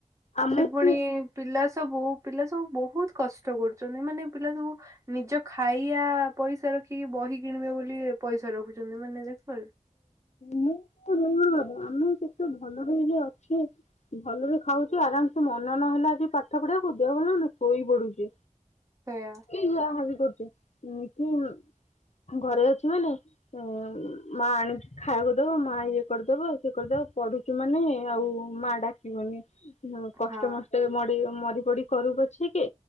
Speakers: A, on the left; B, on the right.
A: ଆମକୁ
B: ସେ ପୁଣି ପିଲା ସବୁ ପିଲା ସବୁ ବହୁତ କଷ୍ଟ କରୁଛନ୍ତି। ମାନେ ପିଲା ସବୁ ନିଜ ଖାଇବା ପଇସା ରଖିକି ବହି କିଣିବେ ବୋଲି ପଇସା ରଖୁଛନ୍ତି ମାନେ ଦେଖିପାରୁ
A: ମୁଁ ଜ ଭ <unintelligible> ଆମେ କି ଭଣ୍ଡା <unintelligible> ତୁମେ <unintelligible> ଅଛି? ଭଲରେ ଖାଉଛି ଆରାମସେ ମନ ନହେଲା ଆଜି ପାଠ ପଢ଼ିବାକୁ ଦେହ ବି <unintelligible> ଶୋଇ ପଡୁଛି।
B: ସେଇଆ
A: ଏ ଯାହା ବି କରୁଛ କି <unintelligible> ଘରେ ଅଛି ମାନେ ହ ମା ଆଣିକି ଖାଇବାକୁ ଦବ, ମା ଇଏ କରିଦବ ସିଏ କରିଦବ ପଢ଼ୁଛି ତୁ <unintelligible> ସେମାନେ ଆଉ ମା ଡାକିବନି। ହ <unintelligible> କଷ୍ଟେ
B: ହଁ
A: ମଷ୍ଟେ ମରି <unintelligible> ମରି ପଡ଼ି କରୁ ପଛି କେ